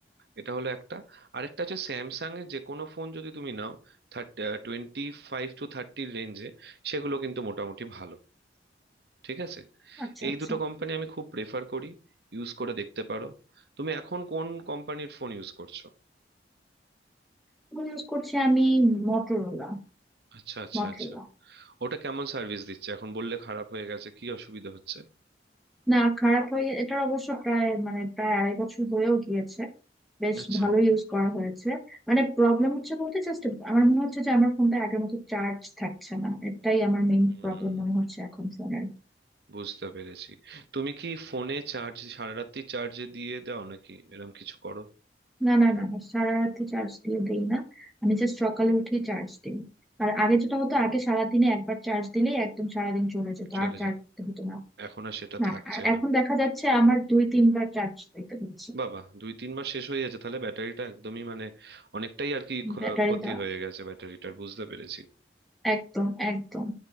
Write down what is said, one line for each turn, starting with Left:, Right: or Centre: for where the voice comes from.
Right: এটা হলো একটা আরেকটা হচ্ছে স্যামসাং এর যে কোনো ফোন যদি তুমি নাও থার্টি টোয়েন্টি ফাইভ টু থার্টির রেঞ্জে সেগুলো কিন্তু মোটামুটি ভালো ঠিক আছে
Centre: আচ্ছা
Right: এই
Centre: আচ্ছা
Right: দুটো কোম্পানি আমি খুব প্রেফার করি ইউজ করে দেখতে পারো তুমি এখন কোন কোম্পানির ফোন ইউজ করছো
Centre: ফোন ইউজ করছি আমি মটোরোলা
Right: আচ্ছা আচ্ছা
Centre: মটোরোলা
Right: আচ্ছা ওটা কেমন সার্ভিস দিচ্ছে এখন বললে খারাপ হয়ে গেছে কি অসুবিধা হচ্ছে
Centre: না খারাপ হয়ে এটার অবশ্য প্রায় মানে প্রায় আড়াই বছর হয়েও গিয়েছে বেশ
Right: আচ্ছা
Centre: ভালো ইউজ করা হয়েছে মানে প্রবলেম হচ্ছে বলতে জাস্ট আমার মনে হচ্ছে যে আমার ফোনটা আগের মতো চার্জ থাকছে না এটাই আমার মেইন
Right: হুম
Centre: প্রবলেম মনে হচ্ছে এখন ফোনের
Right: বুঝতে পেরেছি তুমি কি ফোনে চার্জ সারা রাত্রি চার্জে দিয়ে দাও নাকি এরকম কিছু করো
Centre: না না না না, সারা রাত্রি চার্জ দিয়ে দেই না আমি জাস্ট সকালে উঠে চার্জ দিই আর আগে যেটা হতো
Right: হুম,
Centre: আগে সারাদিনে একবার চার্জ দিলেই একদম সারাদিন চলে যেত
Right: চলে
Centre: আর চার্জ
Right: যায়
Centre: দিতে হতো না
Right: এখন আর সেটা
Centre: না
Right: থাকছে
Centre: আর
Right: না
Centre: এখন দেখা যাচ্ছে আমার দুই তিনবার চার্জ দিতে হচ্ছে
Right: বাবা দুই তিন মাস শেষ হয়ে গেছে তাহলে ব্যাটারিটা একদমই মানে অনেকটাই আর কি ক্ষ-
Centre: ব্যাটারি
Right: ক্ষতি
Centre: দাও
Right: হয়ে গেছে ব্যাটারিটার বুঝতে পেরেছি
Centre: একদম একদম